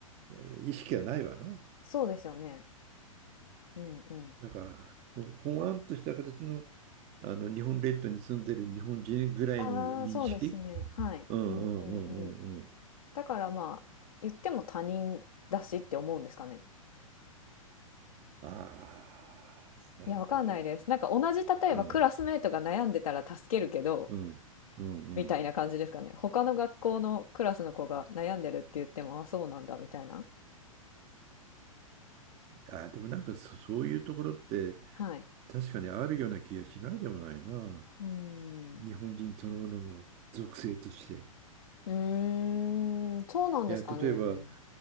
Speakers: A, on the right (about 35°); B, on the left (about 75°).
A: えー意識はないわな。
B: そうですよね。うんうん。
A: だから、もうほわんとした形の、あの日本列島に住んでる日本人ぐらいの認識。
B: ああ、そうですね。はい。
A: うんうんう
B: うんうんうん。
A: んうんうん
B: だからまあ、言っても他人だしって思うんですかね。
A: ああ、なるほど。
B: いや、わかんないです。なんか同じ、例えばクラスメートが悩んでたら助けるけど、
A: うんうんうんうん
B: みたいな感じですかね。他の学校のクラスの子が悩んでるって言っても、あ、そうなんだ、みたいな。
A: あー、でもなんかそ、そういうところって
B: はい。
A: 確かにあるような気がしないでもないな。
B: うーん。
A: 日本人そのものの属性として。
B: うーん、そうなんですかね。
A: いや、例えば、